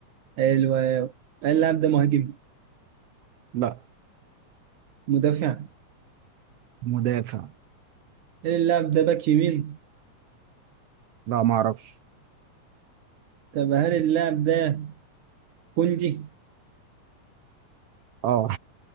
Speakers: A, on the right; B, on the right.
A: حلو أوي. هل اللاعب ده مهاجم؟
B: لا
A: مدافع؟
B: مدافع
A: هل اللاعب ده باك يمين؟
B: لا ما اعرفش
A: طب هل اللاعب ده كوندي؟
B: اه